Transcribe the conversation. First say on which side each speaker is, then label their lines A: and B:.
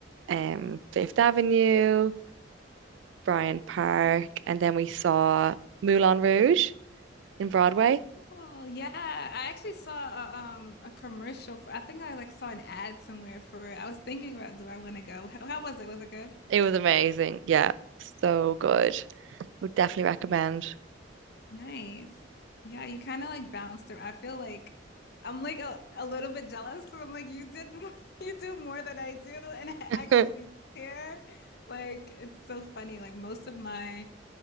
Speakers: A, on the right; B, on the left.
A: Um, Fifth Avenue, Bryant Park, and then we saw Moulin Rouge in Broadway.
B: Oh, yeah. I actually saw a, um a commercial for, I think I like saw an ad somewhere for it. I was thinking about do I want to go? How, how was it? Was it good?
A: It was amazing. Yeah, so good. Would definitely recommend.
B: Nice. Yeah, you kind of like bounced around. I feel like I'm like a, a little bit jealous because I'm like you did more, <laughs> you do more than I do and I actually
A: <laughs> I
B: care. Like it's so funny. Like most of my